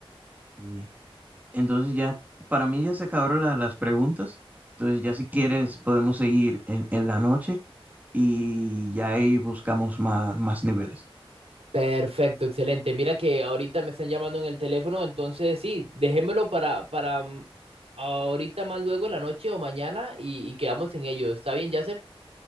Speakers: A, on the right; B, on the right.
A: sí. Entonces ya, para mí ya se acabaron la- las preguntas. Entonces ya si quieres podemos seguir en, en la noche y ya ahí buscamos más, más niveles.
B: Perfecto, excelente. Mira que ahorita me están llamando en el teléfono, entonces sí, déjemelo para, para mm, ahorita más luego en la noche o mañana y, y quedamos en ello. ¿Está bien, Yasser?